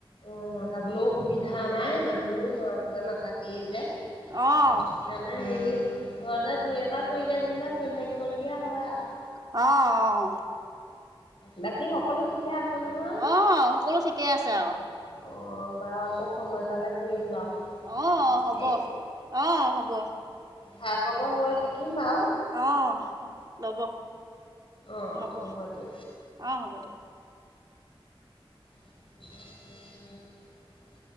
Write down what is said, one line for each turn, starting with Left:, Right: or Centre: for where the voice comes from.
Left: অ', যাবলও সুবিধা নাই মানুহ মৰামজন নাথাকেই যে। অ',
Right: অ',
Left: সেই কাৰণে এ, হেই ঘৰতে দুই এটা কৰিলে যেনিবা চলি থাকিবলগীয়া হয় আৰু।
Right: অ' অ'।
Left: বাকী সকলো ঠিকে আছে নহয়?
Right: অ', সকলো ঠিকেই আছে আৰু।
Left: অ', বাৰু আকৌ সময় পালে কৰিম বাৰু।
Right: অ', অ' হ'ব,
Left: দেই।
Right: অ' হ'ব।
Left: খা খবৰ লৈ থাকিম বাৰু।
Right: অ' হ ল'ব।
Left: অ'
Right: হ'ব,
Left: দিয়া।
Right: অ', হ'ব দিয়ক।
Left: <inaudible>